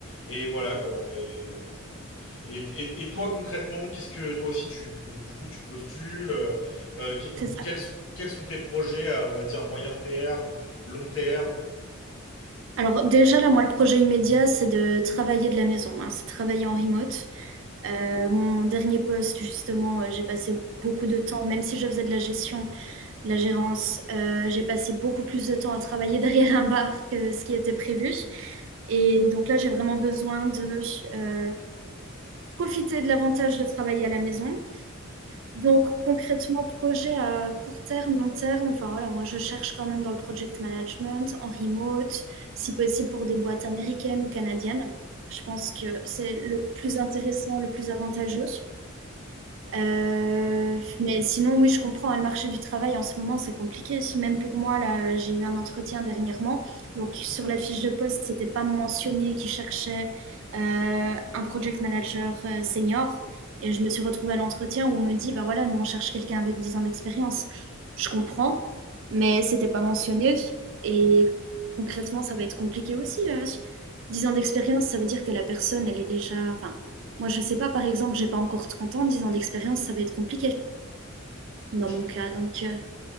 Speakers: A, on the left (about 60°); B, on the right (about 60°).
A: et voilà quoi. Et, euh, et, et, et toi concrètement, qu'est-ce que toi aussi tu donc du coup tu postules euh, euh, que-
B: c'est ça.
A: quels, quels sont tes projets à on va dire moyen terme, long terme
B: Alors déjà, là, moi, le projet immédiat, c'est de travailler de la maison, hein, c'est travailler en remote. Euh, mon dernier poste, justement, euh, j'ai passé beaucoup de temps, même si je faisais de la gestion, la gérance. Euh, j'ai passé beaucoup plus de temps à travailler <laughs> derrière un bar que ce qui était prévu. Et donc là, j'ai vraiment besoin de euh, profiter de l'avantage de travailler à la maison. Donc concrètement, projet à court terme, long terme, enfin voilà, moi je cherche quand même dans le project management, en remote, si possible pour des boîtes américaines ou canadiennes. Je pense que c'est le plus intéressant, le plus avantageux. Euh, mais sinon, oui, je comprends. hein, le marché du travail en ce moment, c'est compliqué. Même pour moi, là, j'ai eu un entretien dernièrement. Donc, sur la fiche de poste, c'était pas mentionné qu'ils cherchaient euh, un project manager euh, senior. Et je me suis retrouvée à l'entretien où on me dit, bah voilà, nous on cherche quelqu'un avec 10 ans d'expérience. Je comprends, mais c'était pas mentionné. Et concrètement, ça va être compliqué aussi. euh. 10 ans d'expérience, ça veut dire que la personne, elle est déjà, enfin, moi, je sais pas, par exemple, j'ai pas encore 30 ans, 10 ans d'expérience, ça va être compliqué dans
A: Ah je
B: mon
A: comprends,
B: cas. Donc, euh,